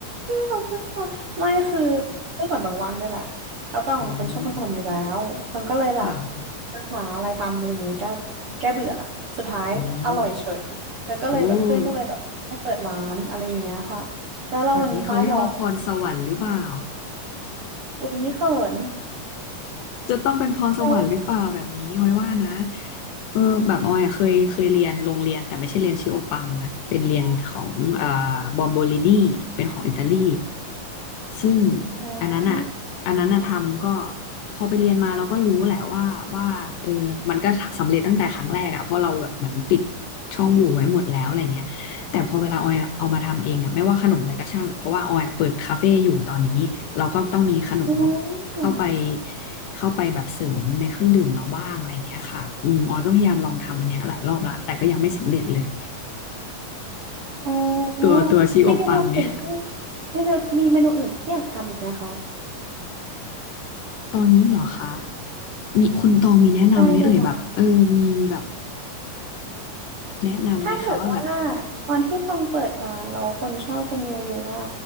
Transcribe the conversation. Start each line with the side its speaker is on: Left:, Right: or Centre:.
Right: ขอบคุณค่ะไม่คือเมื่อก่อนต้องว่างด้วยแหละแล้วต้องเป็นคนชอบทำขนมอยู่แล้วต้องก็เลยแบบ
Left: <laughs> อืมค่ะ
Right: หาอะไรทำอะไรอย่างเงี้ยแก้แก้เบื่อสุดท้ายอร่อยเฉยแล้วก็เลยแบบเพื่อนก็เลยแบบให้เปิดร้านอะไรอย่างเงี้ยค่ะแล้วเรามันบ้าหยอก
Left: อืมโอ้แบบนี้เขาเรียกว่าพรสวรรค์หรือเปล่า
Right: อุ๊ยเขิน
Left: จะต้องเป็นพรสวรรค์หรือเปล่าแบบนี้ออยว่านะ
Right: <laughs> เรา
Left: เออแบบออยอะเคยเคยเรียนโรงเรียนแต่ไม่ใช่เรียนชิโอปังนะเป็นเรียนของอ่าบอมโบลินีเป็นของอิตาลี ซึ่ง
Right: อ่า
Left: อันนั้นอ่ะอันนั้นอ่ะทำก็พอไปเรียนมาเราก็รู้แหละว่าว่าเออมันก็สำเร็จตั้งแต่ครั้งแรกอ่ะเพราะเราแบบเหมือนปิดช่องโหว่ไว้หมดแล้วอะไรเงี้ยแต่พอเวลาออยเอามาทำเองอ่ะไม่ว่าขนมอะไรก็ช่างอ่ะเพราะว่าออยอะเปิดคาเฟ่อยู่ตอนนี้เราก็ต้องมีขนม
Right: อ๋
Left: เข้าไป
Right: อ
Left: เข้าไปแบบเสริมในเครื่องดื่มเราบ้างอะไรเงี้ยค่ะอืมออยก็พยายามลองทำอันเนี้ยหลายรอบละแต่ก็ยังไม่สำเร็จเลย
Right: อ๋อมีเมนูอื่นที่
Left: <laughs> ตัวตัวชีโอปังเนี่ย
Right: มีมีเมนูอื่นที่อยากทำอีกไหมคะ
Left: ตอนนี้เหรอคะ มีคุณตองมีแนะนำไหมเอ่ยแบบเออมีแบบ
Right: ได้เลยล่ะ
Left: แนะนำไหมคะว่าแบบ
Right: ถ้าเกิดว่าตอนที่ตองเปิดร้านแล้วคนชอบกันเยอะๆอะ